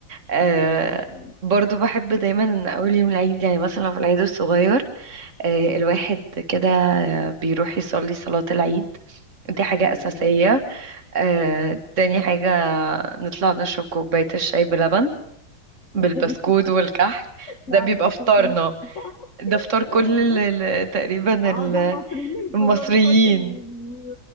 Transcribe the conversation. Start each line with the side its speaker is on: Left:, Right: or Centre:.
Right: أه،
Left: ايوه دي حقيقة
Right: برضو بحب دايما ان اول يوم العيد يعني مثلا في العيد الصغير أه، الواحد كده بيروح يصلي صلاة العيد دي حاجة
Left: ايوه
Right: أساسية أه،
Left: ايوه
Right: تاني حاجة نطلع نشرب كوباية الشاي بلبن بالبسكوت
Left: <laughs> ايوه
Right: والكحك ده
Left: نقعد
Right: بيبقى
Left: نسكت
Right: فطارنا
Left: ونكحك
Right: ده فطار كل
Left: اه
Right: ال... ال- تقريبا
Left: اه
Right: ال-
Left: ده المصريين كلهم
Right: المصريين
Left: كل ال...